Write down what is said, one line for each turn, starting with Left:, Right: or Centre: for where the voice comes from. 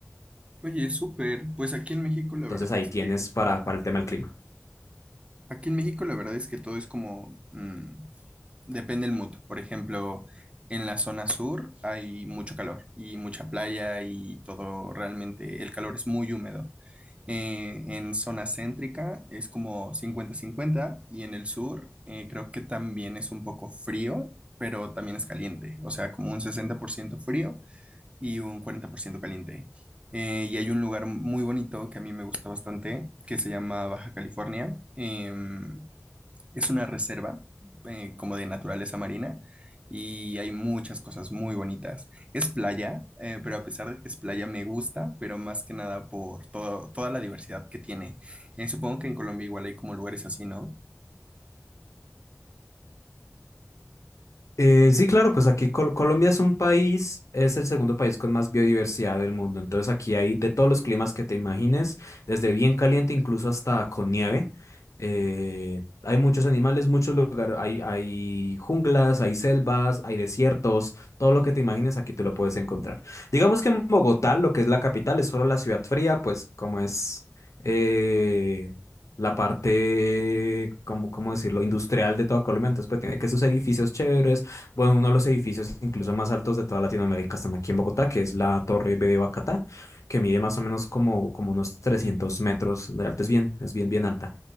Right: Oye, súper. Pues aquí en México la
Left: Entonces
Right: verdad
Left: ahí
Right: es
Left: tienes
Right: que
Left: para, para el tema del clima.
Right: Aquí en México la verdad es que todo es como, mm, depende del mood. Por ejemplo, en la zona sur hay mucho calor y mucha playa y todo realmente, el calor es muy húmedo. Eh, en zona céntrica es como cincuenta-cincuenta y en el sur eh, creo que también es un poco frío, pero también es caliente. O sea, como un 60% frío y un 40% caliente. Eh, y hay un lugar muy bonito que a mí me gusta bastante, que se llama Baja California. Em, es una reserva eh, como de naturaleza marina y hay muchas cosas muy bonitas. Es playa, eh, pero a pesar de que es playa me gusta, pero más que nada por todo, toda la diversidad que tiene. Eh, supongo que en Colombia igual hay como lugares así, ¿no?
Left: Eh, sí, claro, pues aquí Col- Colombia es un país, es el segundo país con más biodiversidad del mundo. Entonces aquí hay de todos los climas que te imagines, desde bien caliente incluso hasta con nieve. Eh, hay muchos animales, muchos lugares, hay, hay junglas, hay selvas, hay desiertos, todo lo que te imagines aquí te lo puedes encontrar. Digamos que en Bogotá, lo que es la capital, es solo la ciudad fría, pues como es eh, la parte, cómo cómo decirlo?, industrial de toda Colombia. Entonces, pues tiene que sus edificios chéveres bueno, uno de los edificios incluso más altos de toda Latinoamérica están aquí en Bogotá, que es la Torre B de Bacatá, que mide más o menos como, como unos 300 metros de alto. Es bien, es bien, bien alta.